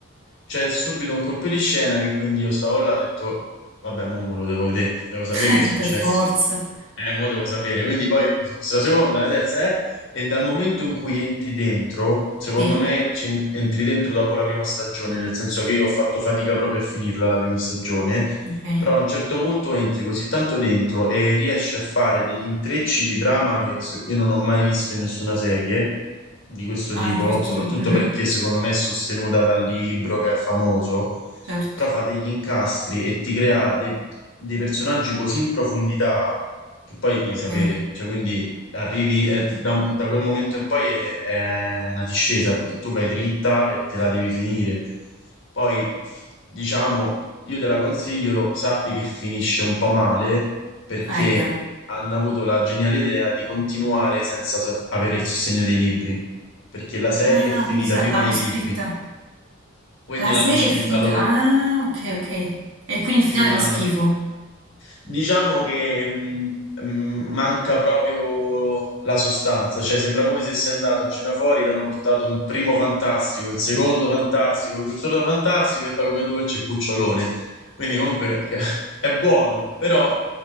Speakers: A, on the left; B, on the right.
A: c'è subito un colpo di scena che quindi io stavo là e ho detto, vabbè, mo me lo devo vedere, devo sapere
B: <laughs>
A: che è successo.
B: Per forza.
A: Eh, mo devo sapere. Quindi poi mi sono visto la seconda, la terza, eh. E dal momento in cui entri dentro, secondo
B: Sì,
A: me ci en- entri dentro dopo la prima stagione, nel senso che io ho fatto fatica proprio a finirla la prima stagione,
B: ok.
A: però a un certo punto entri così tanto dentro e riesci a fare degli intrecci di trama che se- io non ho mai visto in nessuna serie di questo
B: Ah,
A: tipo,
B: addirittura,
A: soprattutto
B: mhm,
A: perché secondo me è sostenuta dal libro che è famoso,
B: certo.
A: però fa degli incastri e ti crea dei, dei personaggi così in profondità che poi devi sapere,
B: Eh,
A: cioè quindi arrivi eh, da, da quel momento in poi è, è una discesa perché tu vai dritta e te la devi finire. Poi, diciamo, io te la consiglio, sappi che finisce un po' male perché
B: Aia.
A: hanno avuto la geniale idea di continuare senza so- avere il sostegno dei libri, perché la serie
B: Ah,
A: è finita
B: quindi sa-
A: prima
B: l'hanno
A: dei
B: scritta.
A: libri, quindi
B: La
A: l'hanno
B: serie
A: scritta
B: è finta.
A: loro,
B: Ah, ok, ok. E quindi il
A: quindi
B: finale
A: l'hanno
B: fa schifo.
A: Diciamo che mh, mh, manca proprio la sostanza, cioè sembra come se sei andato a cena fuori, ti hanno portato un primo fantastico, il secondo fantastico, il terzo fantastico e poi come dolce il cucciolone. Quindi comunque che- <laughs> è buono, però